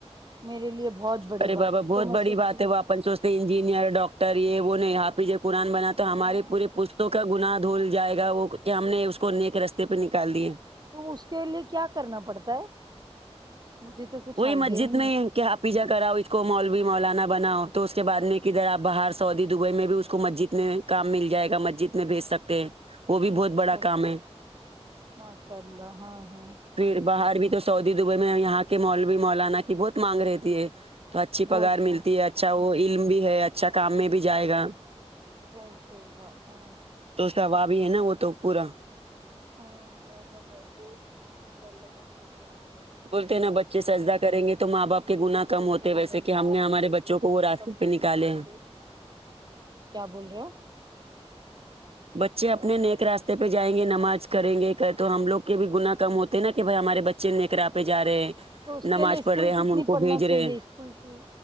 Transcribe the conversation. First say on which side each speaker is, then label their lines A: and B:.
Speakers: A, on the right (about 40°); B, on the right (about 60°).
A: میرے لیے بہت بڑی
B: ارے
A: بات
B: بابا
A: ہے
B: بہت
A: تو میں
B: بڑی
A: سوچوں
B: بات ہے وپن انجینئر ڈاکٹر یہ وہ نہیں حافظ قرآن
A: گی
B: بنا تو
A: نا
B: ہماری پوری اسکا گنا دھول جائے گا وہ کہ ہم نے اس کو نیک رستے پہ نکال دیے
A: تو اس کے لیے کیا کرنا پڑتا ہے مجھے تو کچھ
B: کوئی
A: آئیڈیا
B: مسجد
A: ہی
B: نہیں ہے کہ آپ حفضہ کراؤ اس کو مولوی مولانا بناؤ تو اس کے بعد میں کدھر آپ باہر سعودی دبئی میں بھی اس کو مسجد میں کام مل جائے گا مسجد میں بھیج سکتے ہیں وہ بھی بہت
A: اچھا
B: بڑا
A: اچھا
B: کام ہے
A: ماشاء اللہ ہاں ہاں
B: پھر باہر بھی تو سعودی دبئی میں یہاں کے مولوی مولانا کی بہت مانگ رہتی ہے تو اچھی
A: بہت
B: پگار
A: ماں
B: ملتی ہے اچھا وہ علم بھی ہے اچھا کام میں بھی جائے گا
A: صحیح صحیح بات ہاں
B: تو ثواب ہی ہے نا وہ تو پورا
A: ہاں برابر دیکھیں گے انشاء اللہ بچے کیا ہے کیا
B: بولتے
A: نہیں
B: نا
A: ہے
B: بچے سجدا کریں گے تو ماں باپ کے
A: ان
B: گنا کم
A: اوپر
B: ہوتے ویسے
A: بننے
B: کہ ہم
A: کو اپن
B: نے ہمارے
A: تو
B: بچوں
A: بولنے
B: کو وہ راست
A: سب
B: پہ نکالے
A: بولتے
B: ہیں
A: کیا بول رہے ہو
B: بچے اپنے نیک راستے پہ جائیں گے نماز کریں گے تو ہم لوگ کے بھی گنا کم ہو تے نا کہ بھائی ہمارے بچے نیک راےہ پے جا رہے ہیں
A: تو اس
B: نماز
A: کے لیے اسکول
B: پڑھ رہے
A: کتنی
B: ہم ان کو
A: پڑھنا
B: بھیج
A: چاہیے
B: رہے
A: اسکول کی